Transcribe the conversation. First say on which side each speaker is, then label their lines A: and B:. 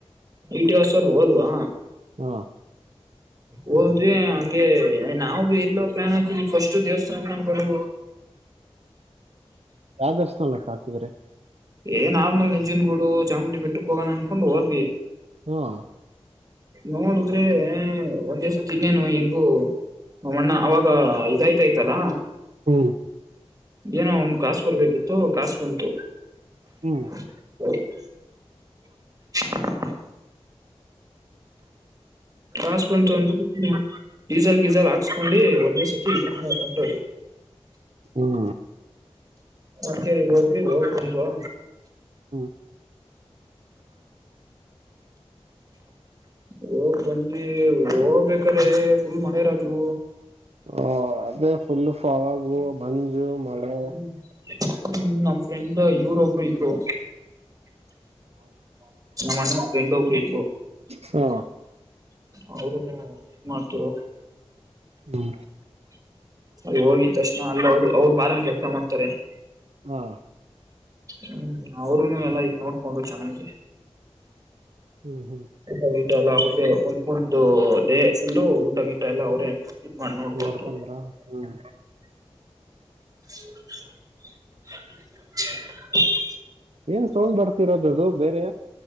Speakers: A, on the right; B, on the right.
A: ಈಟಿಿವಸಲ್ ಹೋದ್ವಾ
B: ಹಾ
A: ಓ ಹೋದ್ವಿ ಹಂಗೆ ನಾವು ಎಲ್ಲೋ ಪ್ಲಯಾನ್ ಹಾಕಿದವಿ ಫಸ್ಟ್ ದೇವಸ್ಥಾನಗಳು
B: ಯಾವ ದೇವಸ್ಥಾನಕ್ಕೆ ಹಾಕಿದ್ರೆ
A: ಏನ್ ನಾಮಲ್ ನಜನ್ ಗೂಡು ಚಾಮುಂಡಿ ಬೆಟ್ಟಕ್ ಹೋಗೋಣ ಅಂದನ್ಕೊಂಡ್ ಹೋದ್ವಿ.
B: ಹಾಞ
A: ನೋಡುದ್ರೆ ಒಂದ್ ದಿವಸ ತಿನ್ನೇನು ಹೆಂಗು ನಮ್ಮಣ್ಣ ಅವಾಗ ಇದಾಯ್ತಾಯಯ್ತಲ್ಲಾ.
B: ಹ್ಮ್
A: ಏನೋ ಅವನು ಕಸ್ು ಬರ್ಬೇಕಿತ್ತು ಕಸ್ು ಬಂತು.
B: ಹ್ಮ್
A: <inaudible> <inaudible> ಕಾಸ್ ಬಂತು ಅಂದ ಡೀಸಲ್ ಗೀಸಲ್ ಹಾಕ್ಸ್ಕೊಂಡು ಒಂದೇ ಸರ್ತಿ ಇದ್ರಿ
B: ಹ್ಮ
A: ಮತ್ತೇಗ್ ಹೋಗ್ಿ ಹೋಗ ಬಂದವು
B: ಹ್ಮ
A: ಹೋಗ ಬಂದಿ ಹೋಗ್ಬೇಕ್ರೆ ಫುಲ್ ಮಳೆ ರಾಜು
B: ಹ ಅದೇ ಫುಲ್ವಾಗು ಮಂಜು ಮಳೆ
A: ಹ್ಮ ನಮ್ ಫ್ರೆಂಡ್ ಇವ್ರ ಒಬ್ರು ಇದ್ರು ನಮ್ಮಣ್ಣ ರಂಡೊಬ್ರು ಇ
B: ಹ್ಮ
A: ಅವರು ಮಾಡ್ತರು
B: ಹ್ಮ
A: ಅದ ಹೋಗಿದ ತಕ್ಷಣ ಅಲ್ಲಿ ಅವರು ಅವ್ರು ಬಾರಲ್ ಕೆಲಸ ಮಾಡ್ತಾರೆ <unintelligible>
B: ಹಾ
A: ಹ್ಮ್ ಅವರುೂನು ಎಲ್ಲ ಇದ ನೋಡ್ಕೊಂಡ್ರು ಚೆನ್ನಾಗಿ
B: ಹ್ಮ್ ಹ್ಮ್
A: ಊಟ ಗಿಟ ಎಲ್ಲಾ ಅವರಿ ದೇ ಒಂದು ಫುಲ್ಲು ಊಟಗಿಟ ಎಲ್ಲ ಅವ್ರೇ ಇ ಮಾಡ <inaudible> ನೋಡ್ಕೊಂಡು
B: ನೋಡ್ಕೊಂಡ್ರ ಹ್ಮ್
A: <unintelligible>
B: ಏನ್ ಸೌಡ್ ಬರ್ತಿರೋದದು ಬೇರೆ